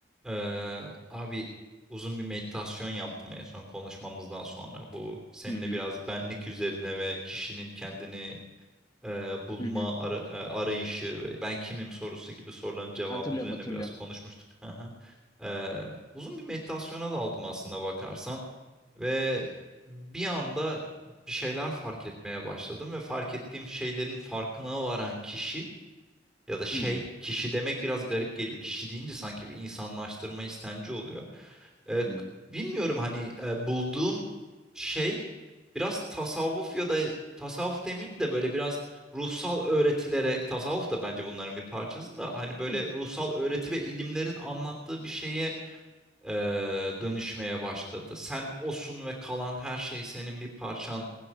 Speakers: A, in the centre; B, on the left (about 25°).
A: Ee, abi uzun bir meditasyon yaptım en son konuşmamızdan sonra. Bu seninle
B: Hı hı.
A: biraz benlik üzerine ve kişinin kendini e, bulma
B: Hı hı.
A: ar- e, arayışı ve ben kimim sorusu gibi soruların cevabı
B: Hatırlıyorum
A: üzerine
B: hatırlıyorum.
A: biraz konuşmuştuk. Hı hı. Ee, uzun bir meditasyona daldım aslında bakarsan ve bir anda bir şeyler fark etmeye başladım ve fark ettiğim şeylerin farkına varan kişi ya da şey
B: Hı hı.
A: kişi demek biraz garip geliyor. Kişi deyince sanki bir insanlaştırma istenci oluyor. Ee,
B: Hı hı.
A: k- bilmiyorum hani e, bulduğum şey biraz tasavvuf ya da tasavvuf demeyeyim de böyle biraz ruhsal öğretilere tasavvuf da bence bunların bir parçası da hani böyle
B: Tabii.
A: ruhsal öğreti ve ilimlerin anlattığı bir şeye e, dönüşmeye başladı. Sen osun ve kalan her şey senin bir parçan